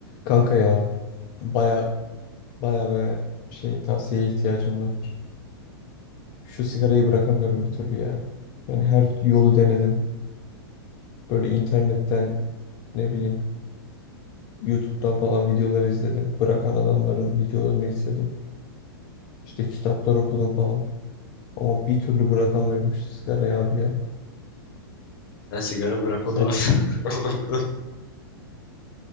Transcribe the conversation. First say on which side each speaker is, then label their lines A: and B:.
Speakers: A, on the left (about 35°); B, on the left (about 65°).
A: Kanka ya baya baya baya şey tavsiyeye ihtiyacım var. Şu sigarayı bırakamıyorum bir türlü ya. Yani her yolu denedim. Böyle internetten ne bileyim YouTube'dan falan videolar izledim. Bırakan adamların videolarını izledim. İşte kitaplar okudum falan. Ama bir türlü bırakamıyorum şu sigarayı abi ya.
B: Ha, sigara bırakma
A: Sen
B: duası. <laughs> Onu okudum.